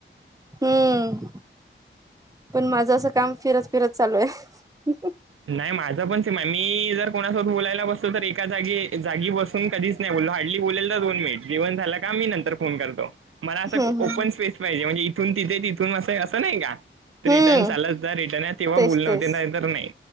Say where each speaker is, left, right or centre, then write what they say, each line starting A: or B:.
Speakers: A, on the right (about 15°); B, on the right (about 85°).
A: हम्म, पण माझ असं काम फिरत फिरत चालू आहे.
B: नाही माझं पण सेम आहे. मी जर कोणासोबत बोलायला बसतो तर एका जागी जागी बसतो. कधीच नाही बोलेलो. हाडली बोलेलो दोन मिनिट जेवन झालं का, मी नंतर फोन करतो. मला असं
A: हम्म
B: ओपन
A: हम्म हम्म
B: स्पेस पाहिजे. म्हणजे इथून तिथे तिथून असं असं नाही का. रिटर्न
A: हम्म,
B: चालत जा रिटर्न या तेव्हा
A: तेच
B: बोलणे
A: तेच
B: होते, नाहीतर नाही.